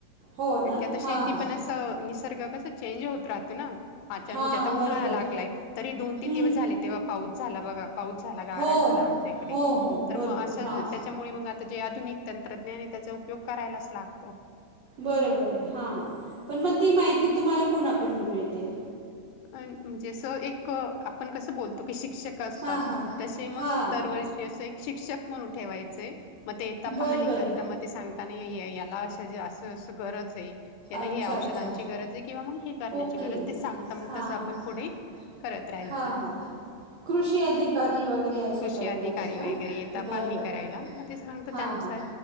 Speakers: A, on the right (about 50°); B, on the left (about 80°).
A: हो
B: कारण
A: ना
B: की आता शेती
A: हा हा.
B: पण असं निसर्ग कसं चेंज होत राहतो ना. अच्छा
A: हां
B: म्हणजे आता
A: बरोबर
B: उन्हाळा लागलाय तरी दोन-तीन दिवस
A: हम्म.
B: झाले तेव्हा पाऊस झाला बघा पाऊस झाला गारा
A: हो
B: झाला आमच्या इकडे
A: हो हो
B: तर मग
A: बरोबर
B: अशा
A: हां.
B: त्याच्यामुळे मग आ जे आधुनिक तंत्रज्ञान आहे त्याचा उपयोग करायलाच लागतो.
A: बरं बर, हा, पण मग ती माहिती तुम्हाला कोणाकडनं मिळते?
B: अ म्हणजे असं एकं, आपण कसं बोलतो की शिक्षक असतात,
A: हां हां
B: तसे मग
A: हां
B: दरवर्षी एक असं शिक्षक म्हणून ठेवायचे. मग ते येता
A: बरं
B: पाहणी
A: बरं
B: करता मग ते सांगताना माया ला असं अशे अशे गरज आहे. याला
A: अच्छा
B: या औषधांची
A: अच्छा
B: गरज आहे. किंवा मग हे करण्याची
A: ओके
B: गरज ते सांगतं मग
A: हां
B: तस आपण पुढे,,
A: हां
B: करत राहायचं.
A: हां कृषी अधिकारी वगैरे अशा
B: कृषी
A: टाईपमध्ये
B: अधिकारी
A: का
B: वगैरे
A: बरं
B: येेता पाहणी
A: बरं
B: करायला, मग ते सांग
A: हां
B: त्यानुसार
A: हां